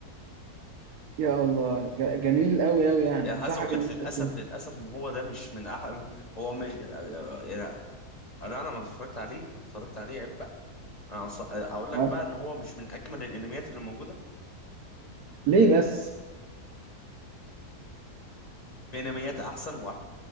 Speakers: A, on the right (about 75°); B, on the left (about 25°).
A: يا الله ج- جميل قوي قوي يعني
B: يعني
A: انصحك
B: عايز اقول
A: ان
B: لك
A: انت
B: للاسف
A: تشوف
B: للاسف ان هو ده مش من احلى هو مش يعني انا انا ما اتفرجت عليه ما اتفرجت عليه عيب بقى انا أص- اقول لك
A: آه.
B: بقى ان هو مش من اجمل الانميات اللي موجوده
A: ليه بس
B: في انميات احسن واحلى